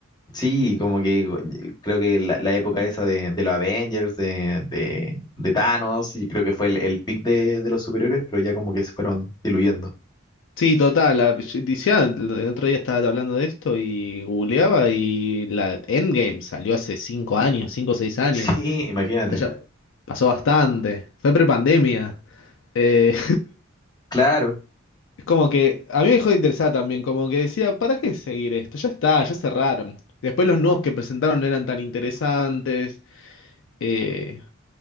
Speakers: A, on the left (about 20°); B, on the left (about 60°).
A: Sí, como que eh, creo que la, la época esa de, de los Avengers, de, de, de Thanos, y creo que fue el, el peak de, de los superhéroes, pero ya como que se fueron diluyendo.
B: Sí, total. la- yo decía, el otro día estaba hablando de esto y googleaba y la Endgame salió hace 5 años, cinco o 6 años.
A: <laughs> Sí, imagínate.
B: Ya pasó bastante. Fue prepandemia. Eh,
A: Claro.
B: <laughs> es como que a mí me dejó de interesar también, como que decía, ¿para qué seguir esto? Ya está, ya cerraron. Después los nuevos que presentaron no eran tan interesantes. Eh,